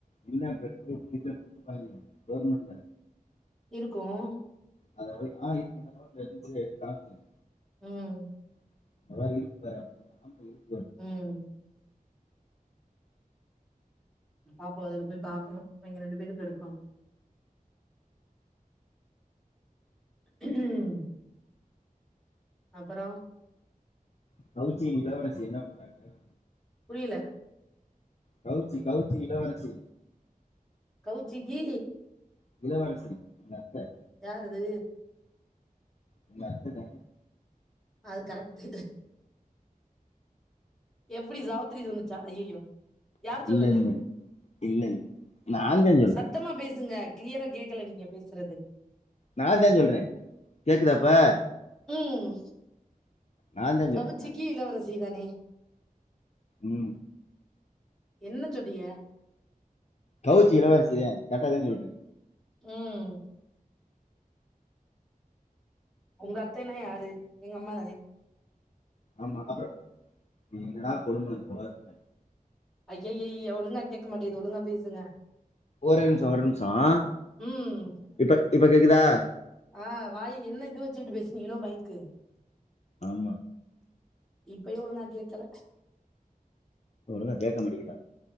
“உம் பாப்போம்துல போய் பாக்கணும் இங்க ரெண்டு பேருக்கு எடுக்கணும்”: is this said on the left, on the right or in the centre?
Centre